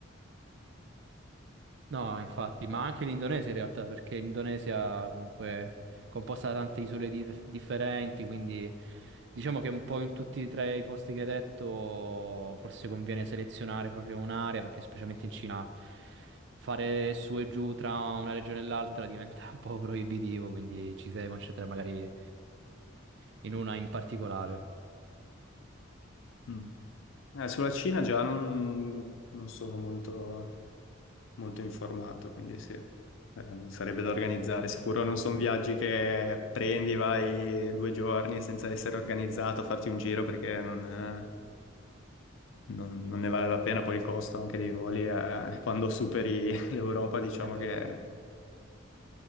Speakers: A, on the right; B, on the left.
A: No, infatti, ma anche l'Indonesia in realtà, perché l'Indonesia comunque è composta da tante isole dif- differenti, quindi diciamo che un po' in tutti e tre i posti che hai detto forse conviene selezionare proprio un'area, perché specialmente in Cina fare su e giù tra una regione e l'altra diventa un po' proibitivo, quindi ci si deve concentrare magari in una in particolare.
B: Mm. Eh, sulla Cina già non, non sono molto, molto informato, quindi sì, eh, sarebbe da organizzare. Sicuro non sono viaggi che prendi, vai due giorni senza essere organizzato a farti un giro perché non... eh, non, non ne vale la pena, poi il costo anche dei voli è-
A: Mhm.
B: quando superi <laughs> l'Europa, diciamo
A: Eh beh,
B: che...